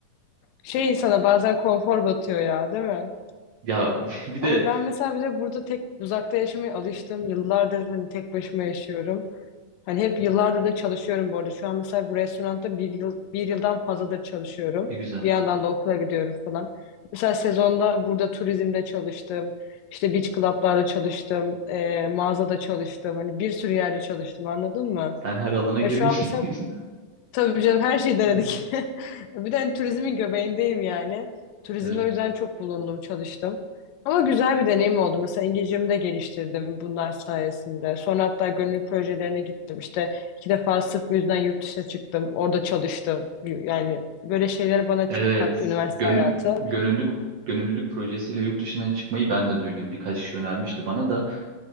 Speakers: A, on the left; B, on the right.
A: Şey insana bazen konfor batıyor ya, değil mi?
B: Ya <laughs> bir
A: Ama
B: de
A: ben mesela bir de burada tek uzakta yaşamaya alıştım. Yıllardır hani tek başıma yaşıyorum. Hani hep yıllardır da çalışıyorum bu arada. Şu an mesela bu restoranda bir yıl bir yıldan fazladır çalışıyorum.
B: ne güzel.
A: Bir yandan da okula gidiyorum falan. Mesela sezonda burada turizmde çalıştım. İşte beach club'larda çalıştım. eee, mağazada çalıştım. Hani bir sürü yerde çalıştım anladın mı?
B: Sen her alana
A: E
B: girmişsin.
A: şu an mesela
B: <laughs>
A: Tabii canım her şeyi denedik.
B: Evet.
A: <laughs> Bir de hani turizmin göbeğindeyim yani. Turizmde
B: Evet.
A: o yüzden çok bulundum, çalıştım. Ama güzel bir deneyim oldu. Mesela İngilizcemi de geliştirdim bunlar sayesinde. Sonra hatta gönüllü projelerine gittim. İşte iki defa sırf bu yüzden yurt dışına çıktım. Orada çalıştım. Yani böyle şeyler bana
B: Evet,
A: çok kattı üniversite
B: gönü-
A: hayatı.
B: gönüllülük gönüllülük projesiyle yurt dışına çıkmayı ben de duydum. Birkaç kişi önermişti bana da